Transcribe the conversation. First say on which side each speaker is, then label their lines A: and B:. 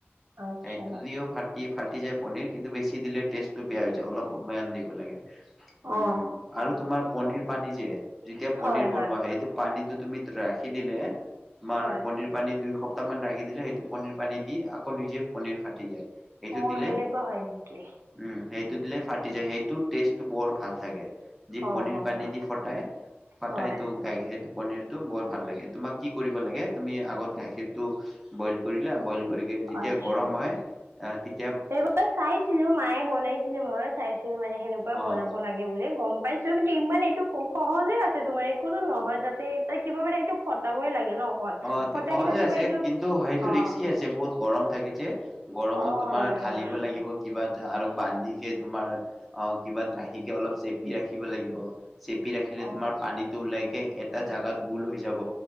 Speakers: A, on the right; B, in the centre.
A: আচ্ছা
B: সেইটো দিওঁ ফাটি ফাটি যায় পনিৰ। কিন্তু বেছি দিলে টেষ্টটো বেয়া হৈ যায় অলপ আন দিব লাগে। উম
A: অ
B: আৰু তোমাৰ পনিৰ পানী যে যেতিয়া পনিৰ
A: হয়
B: বনোৱা
A: হয়
B: সেইটো পানীটো তুমি ৰাখি দিলে, তোমাৰ
A: হয়
B: পনিৰ পানীৰ দুইখ বৰ্তমান ৰাখি দিলে সেইটো পনীৰ পানী দি আকৌ নিজে পনীৰ ফাটি যায়। এইটো
A: অ
B: দিলে
A: সেনেকুৱা হয় নেকি
B: উম সেই দিলে ফাটি যায় সেইটো টেষ্টটো বৰ ভাল থাকে, যি
A: অ
B: পনীৰ
A: অ
B: পানী দি ফটাই। ফটাই
A: হয়
B: টো গায় সেই পনিৰটো বৰ ভাল লাগে তোমাক কি কৰিব লাগে তুমি আগত গাখীৰটো বইল কৰিলা বই বইল কৰিকে যেতিয়া
A: আচ্ছা
B: গৰম হয় ই তে
A: এইবাৰ চাইছিলোঁ মায়ে বনাইছিলে মই চাইছোঁ মানে সেনেকুৱাই বনাব
B: অ',
A: লাগে বুলি গম পাইছোঁ কিন্তু ইমান এইটো সহজে আছে তোমাৰ একোটো নহয় তাতে এ তাৰ কিবা মান এইটো ফটাবই লাগে। ন অকল
B: অ
A: ফটাই
B: সহজে
A: কিনে তোমাৰ
B: আছে
A: এইটো
B: কিন্তু সেইটো
A: অ
B: ৰিক্সকি আছে বহুত গৰম থাকে যে। গৰমত
A: অ
B: তোমাৰ
A: হয়
B: ঢালিব
A: হয়
B: লাগিব কিবা। আৰু বান্ধিকে তোমাৰ অ কিবা ৰাখিকে, অলপ চেপি ৰাখিব লাগিব। চেপি ৰাখিলে
A: অ
B: তুমাৰ পানীটো ওলাইকে, এটা জাগাত গোল হৈ যাব